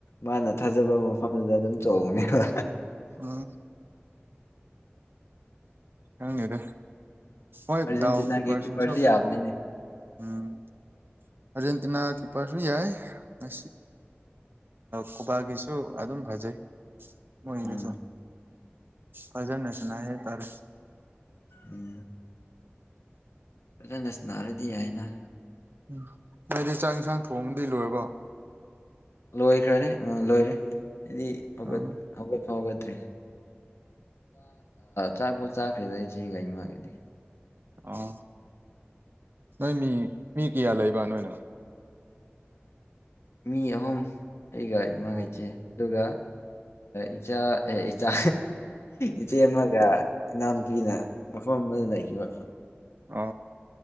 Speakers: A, on the left; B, on the right.
A: ꯃꯥꯅ ꯊꯥꯖꯕ ꯃꯐꯝꯗꯨꯗ ꯑꯗꯨꯝ ꯆꯣꯡꯕꯅꯦꯕ
B: ꯎꯝ ꯍꯪꯅꯤꯗꯦ ꯍꯣꯏ
A: ꯑꯥꯔꯖꯦꯟꯇꯤꯅꯥꯒꯤ
B: ꯗꯎꯀꯤ ꯄꯔꯁꯤꯁꯨ
A: ꯀꯤꯞꯄꯔꯁꯨ ꯌꯥꯕꯅꯤꯅꯦ
B: ꯎꯝ ꯑꯥꯔꯖꯦꯟꯇꯤꯅꯥ ꯀꯤꯞꯄꯔꯁꯨ ꯌꯥꯏ ꯉ ꯀꯕꯥꯒꯤꯁꯨ ꯑꯗꯨꯝ ꯐꯖꯩ ꯃ ꯏꯅꯦꯁꯨ
A: ꯎꯝ
B: ꯐꯖꯁꯅꯍꯦ ꯇꯔꯦ
A: ꯎꯝ ꯐꯖꯅꯁꯟꯅꯅꯥꯔꯗꯤ ꯍꯥꯏꯅ
B: ꯎꯝ ꯍꯥꯏꯗꯤ ꯆꯥꯛ ꯏꯟꯁꯥꯡ ꯊꯣꯡꯕꯗꯤ ꯂꯣꯏꯔꯕꯣ
A: ꯂꯣꯏꯈ꯭ꯔꯔꯦ ꯂꯣꯏꯔꯦ ꯑꯩꯗꯤ ꯍꯧ
B: ꯑꯥ
A: ꯍꯧꯒꯠꯄ ꯍꯧꯒꯠꯇ꯭ꯔꯤ ꯆꯥꯛꯄꯣ ꯆꯥꯈ꯭ꯔꯦꯗ ꯑꯩꯁꯦ ꯀꯒꯥꯩ ꯃꯥꯒꯗꯤ
B: ꯑꯥ ꯅꯣꯏ ꯃꯤ ꯃꯤ ꯀꯌꯥ ꯂꯩꯕ ꯅꯣꯏꯅꯣ
A: ꯃꯤ ꯑꯍꯨꯝ ꯑꯩꯒ ꯏꯃꯥꯒ
B: ꯑꯣ
A: ꯏꯆꯦ ꯑꯗꯨꯒ ꯏꯆꯥ ꯏꯆꯥ ꯏꯆꯦ ꯑꯃꯒ ꯏꯅꯥꯝꯄꯤꯅ ꯃꯐꯝ ꯑꯃꯗ ꯂꯩꯈꯤꯕ
B: ꯑ